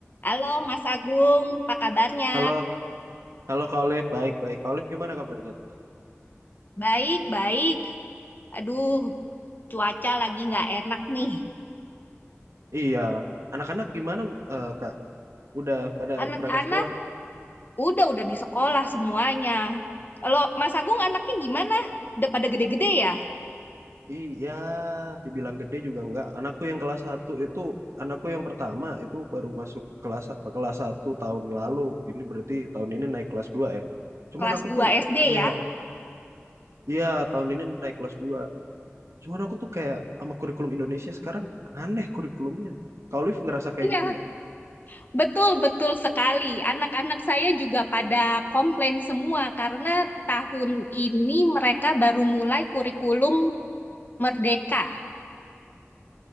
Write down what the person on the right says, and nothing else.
Halo, halo Kak Olive, baik-baik. Kak Olive gimana kabarnya tuh?
Iya, anak-anak gimana eh, Kak? Udah pada
berangkat sekolah?
Iya, dibilang gede juga enggak. Anakku yang kelas satu itu, anakku yang pertama itu baru masuk kelas kelas satu tahun lalu. Ini berarti tahun ini naik kelas 2 ya. Cuman
aku
tuh
kayak,
iya tahun ini naik kelas 2. Cuman aku tuh kayak sama kurikulum Indonesia sekarang aneh kurikulumnya. Kak Olive ngerasa kayak
gitu nggak?